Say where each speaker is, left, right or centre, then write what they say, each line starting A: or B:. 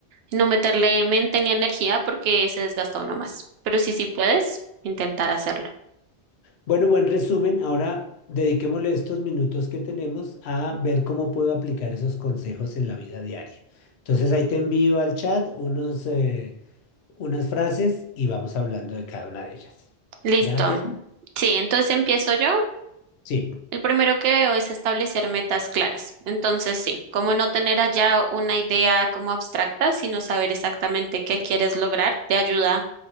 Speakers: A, on the right; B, on the left.
A: No meterle mente ni energía porque se desgasta uno más. Pero si sí puedes, intentar hacerlo.
B: Bueno, buen resumen. Ahora dediquémosle estos minutos que tenemos a ver cómo puedo aplicar esos consejos en la vida diaria. Entonces ahí te envío al chat unos, eh, unas frases y vamos hablando de cada una de ellas.
A: Listo.
B: ¿Ya la tienes?
A: Sí, entonces empiezo yo.
B: Sí.
A: El primero que veo es establecer metas claras. Entonces, sí, como no tener allá una idea como abstracta, sino saber exactamente qué quieres lograr, te ayuda